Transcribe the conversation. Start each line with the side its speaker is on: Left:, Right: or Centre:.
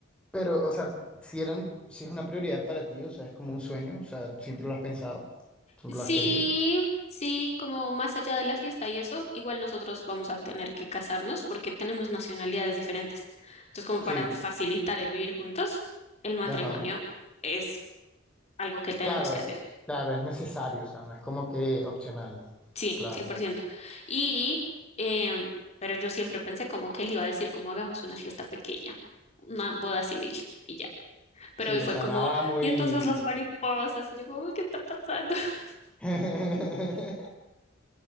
Centre: Pero, o sea, si eran, si es una prioridad para ti, o sea, es como un sueño, o sea, siempre lo has pensado, siempre
Left: Sí,
Centre: lo has querido.
Left: sí, como más allá de la fiesta y eso, igual nosotros vamos a tener que casarnos porque tenemos nacionalidades diferentes. Entonces, como
Centre: Sí.
Left: para facilitar el vivir juntos, el matrimonio
Centre: Ajá.
Left: es algo que tenemos
Centre: Claro,
Left: que hacer.
Centre: claro, es necesario, o sea, no es como que opcional.
Left: Sí,
Centre: Claro.
Left: cien por ciento. Y, em, pero yo siempre pensé como que él iba a decir como hagamos una fiesta pequeña, una boda civil y ya. Pero
Centre: Sí,
Left: hoy fue
Centre: o sea,
Left: como,
Centre: nada muy...
Left: y entonces las mariposas, y yo como, ¿qué está pasando? <laughs>
Centre: <laughs>